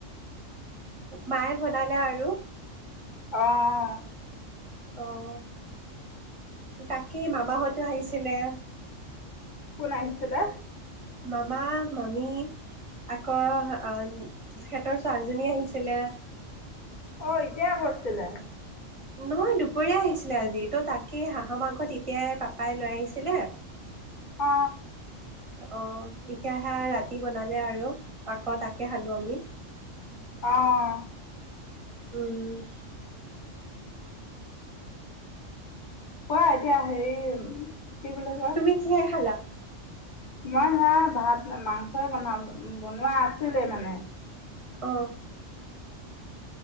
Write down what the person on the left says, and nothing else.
আহ
কোন আহিছিলে
অ এতিয়া কৰিৈছিলে
অ
আহ
কোৱা এতিয়া হেৰি কি বুলি কয়
মই সেয়া ভাত মাংস বনালো বনোৱা আছিলে মানে